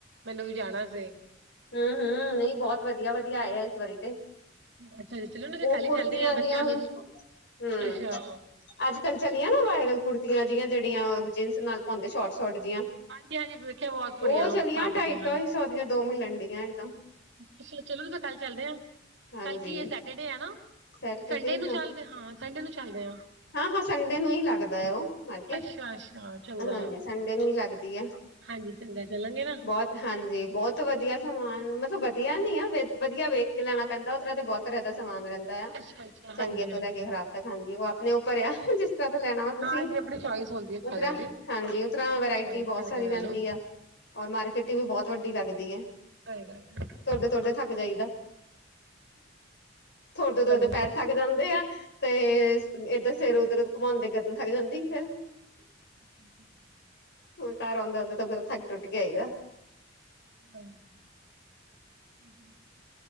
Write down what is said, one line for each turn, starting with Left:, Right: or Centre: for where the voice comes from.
Right: ਮੈਨੂੰ ਵੀ ਜਾਣਾ ਫੇਰ
Left: ਹੂੰ-ਹੂੰ ਨਹੀਂ ਬੋਹਤ ਵਧੀਆ-ਵਧੀਆ ਆਯੇ ਐਸ ਵਾਰੀ ਤੇ
Right: ਅੱਛਾ ਜੀ ਚਲੋ ਨਾ ਫਿਰ
Left: ਓ
Right: ਕੱਲ ਹੀ
Left: ਕੁੜਤੀਆਂ
Right: ਚੱਲਦੇ ਆ ਬੱਚਿਆਂ
Left: ਦੀਆਂ ਦੀਆਂ
Right: ਨੂੰ
Left: ਹੂੰ
Right: ਅੱਛਾ
Left: ਅੱਜ-ਕੱਲ੍ਹ ਚਲੀਆਂ ਨਾ ਵਾਇਰਲ ਕੁੜਤੀਆਂ ਜਿਆਂ ਜਿਹੜੀਆਂ ਜੀਨਸ ਨਾਲ ਪਾਉਂਦੇ ਸ਼ੋਰਟ-ਸ਼ੋਰਟ ਜੀਆਂ।
Right: ਹਾਂਜੀ ਹਾਂਜੀ ਵੇਖਿਆ ਬਹੁਤ ਕੁੜੀਆਂ
Left: ਉਹ
Right: ਨੂੰ
Left: ਚਲੀਆਂ
Right: ਪਾ ਪਾ
Left: ਢਾਈ-ਢਾਈ
Right: ਕੇ ਹਾਂ
Left: ਸੌਦੀਆਂ ਦੋ ਮਿਲਣ ਡੀਆਂ ਇਕਦਮ।
Right: ਅੱਛਾ ਚਲੋ ਮ ਕੱਲ ਚੱਲਦੇ ਹਾਾਂ
Left: ਹਾਂਜੀ
Right: ਕੱਲ ਕੀ ਏ ਸੈਟਰਡੇ ਏ ਨਾ।
Left: ਸੈਟਰਡੇ
Right: ਸੰਡੇ ਨੂੰ ਚੱਲਦੇ ਹਾਂ ਸੰਡੇ ਨੂੰ ਚਾੱਲਦੇ ਆ।
Left: ਹਾਂ-ਹਾਂ ਸੰਡੇ ਨੂੰ ਹੀ ਲੱਗਦਾ ਓ। ਮਾਰਕਿਟ
Right: ਅੱਛਾ ਅੱਛਾ ਚੰਗਾ
Left: ਹਾਂਜੀ ਸੰਡੇ ਨੂੰ ਈ ਲੱਗਦੀ ਐ
Right: ਹਾਂਜੀ ਚੰਗਾ ਚੱਲਾਂਗੇ ਨਾ
Left: ਬੋਤ। ਹਾਂਜੀ ਬੋਹਤ ਵਧੀਆ ਸਮਾਨ ਮਤਲਬ ਵਧੀਆ ਨੀ ਆ ਵਧੀਆ ਵੇਖ ਕੇ ਲੈਣਾ ਪੈਂਦਾ ਓਤਰ੍ਹਾਂ ਦੇ ਬੋ ਤਰ੍ਹਾਂ ਦਾ ਸਮਾਨ ਰੈਂਦਾ।
Right: ਅੱਛਾ ਅੱਛਾ ਹਾਂਜੀ
Left: ਚੰਗੇ
Right: ਹਾਂਜੀ
Left: ਤੋਂ ਲੈ ਕੇ ਖਰਾਬ ਤੱਕ ਹਾਂਜੀ ਉਹ ਆਪਣੇ ਉੱਪਰ ਆ ਜਿਸ ਤਰ੍ਹਾਂ ਤਾਂ ਲੈਣਾ ਵਾ। ਤੁਸੀਂ
Right: ਹਾਂਜੀ ਆਪਣੀ ਚੋਇਸ ਹੁੰਦੀ ਹੈ
Left: ਉ
Right: ਸਾਰਿਆਂ
Left: ਤਰਾਂ
Right: ਦੀ
Left: ਹਾਂਜੀ ਓ ਤਰਾਂ ਵਰਾਇਟੀ
Right: ਚੋਇਸ
Left: ਬੋਹਤ
Right: ਕਰਕੇ
Left: ਸਾਰੀ
Right: ਲੈ
Left: ਰੈੰਦੀ
Right: ਲਓ
Left: ਆ। ਔਰ ਮਾਰਕੀਟ ਵੀ ਬਹੁਤ ਵੱਡੀ ਲੱਗਦੀ ਐ।
Right: ਸਹੀ ਗੱਲ ਏ।
Left: ਤੁਰਦੇ- ਤੁਰਦੇ ਥੱਕ ਜਾਈਦਾ, ਤੁਰਦੇ-ਤੁਰਦੇ
Right: ਹਾਂਜੀ
Left: ਪੈਰ ਥੱਕ ਜਾਂਦੇ ਆ, ਤੇ ਇਧਰ ਸਿਰ ਉੱਧਰ ਘੁਮਾਉਦੇ ਗਰਦਨ ਥੱਕ ਜਾਂਦੀ ਐ।
Right: ਹੂੰ ਹੂੰ ਹੂ ਹੂ
Left: ਜਦੋਂ ਘਰ ਆਉਂਦੇ -ਆਉਂਦੇ ਤੇ ਫੇਰ ਥੱਕ ਟੁੱਟ ਕੇ ਆਈਦਾ।
Right: ਹੂੰ